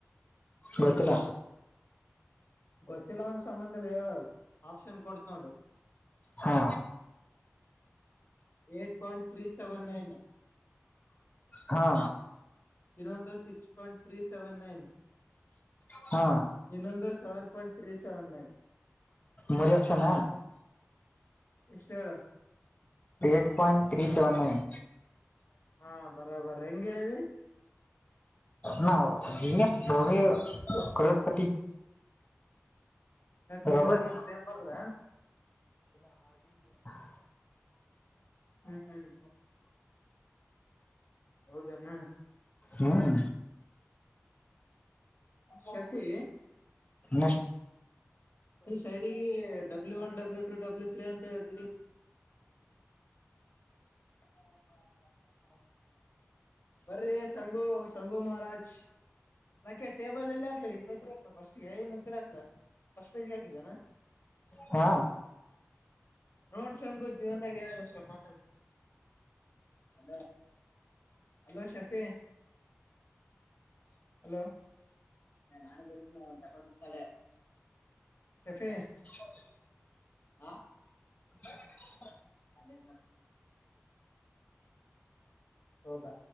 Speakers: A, on the left (about 35°); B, on the left (about 55°).
A: ಗೊತ್ತಿಲ್ಲ
B: ಗೊತ್ತಿಲ್ಲನ್ ಸಂಬಂಧದಲ್ಲಿ ಹೇಳ ಆಪ್ಷನ್ ಕೊಡ್ತ ನೋಡು
A: ಹಾ
B: eight point three seven nine
A: ಹಾ
B: ಇನ್ನೊಂದು ಸಿಕ್ಸ್ ಪಾಯಿಂಟ್ ೀ ಸೆವೆನ್ ನೈನ್
A: ಹಾ
B: ಇನ್ನೊಂದು seven point three seven nine
A: ಮರಿತಾನ
B: ಇಷ್ಟ ಹೇಳಳ
A: eight point three seven nine
B: ಹಾ ಬರಾಬರ ಹೆಂಗ ಹೇಳಿದಿ
A: ನಾ ಜಸ್ ಭೂಮಿ ಕೋಡಪತಿ
B: ನೀನು
A: ರಾಬರ್ಟ್
B: ಮೋಹನ್ ಸೇಮ ಬರ್ದ್ರ
A: ಹ
B: ಹ್ಮ್ ಹ್ಮ್ ಹೌದಣ
A: ಹ್ಮ್
B: ಶೆಫಿ
A: ಹ್ಮ
B: ಈ ಸೈಡಿಗೆ W one W two W three ಅಂತ ಹೇಳಿಡಿ ಹಾಾ ಬರ್ರಿ ಸಂಗೋ ಸಂಗೋ ಮಹಾರಾಜ್ ನಾಕೆ ಟೇಬಲ್ ಎಲ್ಲಿ ಆಗ್ಕ್ಾ ಈ ಪೇಜಿ ಹಕ್ಾ ಸ್ ಏನ್ ಕಡೆ ಹಕ್ಲಾ ಫಸ್ಟ್ ಪೇಜಿ ಹಾ <inaudible>
A: ಹಾ
B: ನೋಡ್ ಸಂಂಗು ಜೀವಂತಾಗ ಏನಲ್ಲ ಮಾತಾಡ ಅ ಹಲೋ ಶಫೆ ಹಲೋ ನಾನು ಬರತೀನೋ ಹತಳೆ ಶಫಿ
A: <inaudible>
B: ಹಾ
A: ಹ
B: ಪಂಡೆತ ಹ ಬ